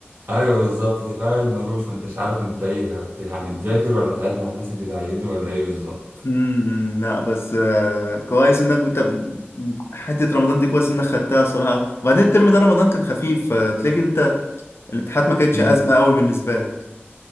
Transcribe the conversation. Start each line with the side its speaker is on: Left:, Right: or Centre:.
Right: ايوه بالظبط تبقى قاعد مروش ما انتش عارف انت ايه هت... يعني تذاكر ولا تعيد مع الناس اللي بعيدوا ولا ايه بالظبط
Left: امم لا بس آه، كويس انك بت... حته رمضان دي كويس انك خدتها صراحه وبعدين الترم ده رمضان كان خفيف فتلاقي انت الامتحانات ما كانتش
Right: مم.
Left: ازمه قوي بالنسبه لك